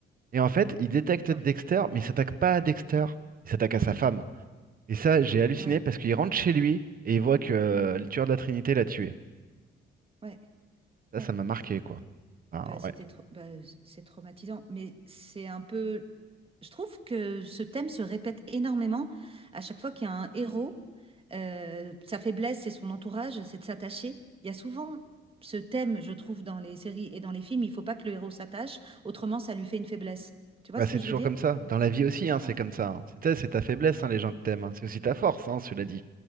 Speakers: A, on the right (about 45°); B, on the right (about 30°).
A: Et en fait, il détecte
B: Ouais,
A: Dexter, mais il s'attaque pas à Dexter, il s'attaque à sa femme. Et ça, j'ai halluciné
B: ouais,
A: parce qu'il rentre chez lui et il voit que euh,
B: ouais,
A: le tueur de la Trinité l'a tué.
B: ouais.
A: Ça,
B: ouais.
A: ça m'a marqué, quoi. Ah,
B: Bah, c'était
A: ouais.
B: tra- bah, c'est traumatisant, mais c'est un peu... Je trouve que ce thème se répète énormément à chaque fois qu'il y a un héros. euh, sa faiblesse, c'est son entourage, c'est de s'attacher. Il y a souvent ce thème, je trouve, dans les séries et dans les films, il faut pas que le héros s'attache, autrement ça lui fait une faiblesse. Tu vois
A: Bah,
B: ce
A: c'est
B: que je
A: toujours
B: veux dire?
A: comme ça. Dans la vie aussi,
B: Ah
A: hein, c'est comme ça. hein. C'est ta, c'est ta faiblesse, hein, les gens que t'aimes. hein. C'est aussi ta force, hein, cela dit.